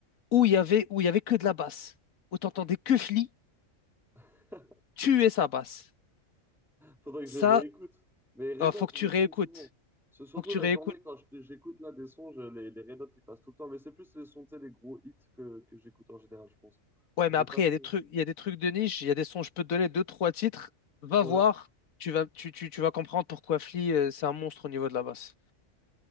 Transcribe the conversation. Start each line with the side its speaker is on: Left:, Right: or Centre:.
Left: où il y avait, où il y avait que de la basse, où t'entendais que Flea
Centre: <laughs>
Left: tuer sa basse.
Centre: faudrait que
Left: Ça,
Centre: je réécoute. Mais Red
Left: euh, faut
Centre: Hot,
Left: que
Centre: je
Left: tu
Centre: les
Left: réécoutes.
Centre: tourne souvent. C'est surtout
Left: Faut que tu
Centre: la
Left: réécoutes.
Centre: journée quand je- j'écoute là des sons, je- les, les Red Hot, ils passent tout le temps. Mais c'est plus les sons, tu sais, les gros hits que, que j'écoute en général, je pense.
Left: Ouais,
Centre: Je
Left: mais
Centre: vais
Left: après,
Centre: pas trop.
Left: il y a des trucs, il y a des trucs de niche, il y a des sons, je peux te donner deux, trois titres. Va
Centre: Ouais,
Left: voir, tu vas, tu, tu, tu vas comprendre pourquoi Flea, euh, c'est un monstre au niveau de la basse.